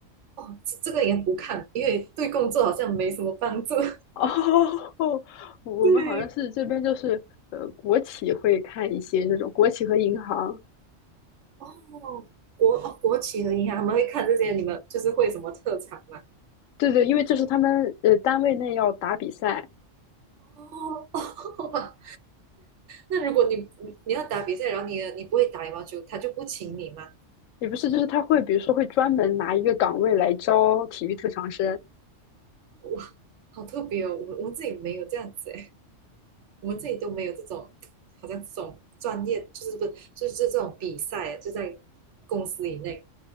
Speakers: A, on the right; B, on the left.
A: 哦，这这个也不看，因为对工作好像没什么帮助。<laughs>
B: 哦，我们好像是这边就是呃，
A: 对，
B: 国企会看一些这种国企和银行，
A: 哦，国哦国企和银行他们会看这些，你们就是会什么特长吗？
B: 对对，因为这是他们呃单位内要打比赛，
A: 哦，好吧。那如果你你要打比赛，然后你你不会打羽毛球，他就不请你吗？
B: 也不是，就是他会比如说会专门拿一个岗位来招体育特长生。
A: 哇，好特别哦！我我们这里没有这样子诶，我们这里都没有这种，好像这种专业就是不是就是这种比赛啊就在公司以内。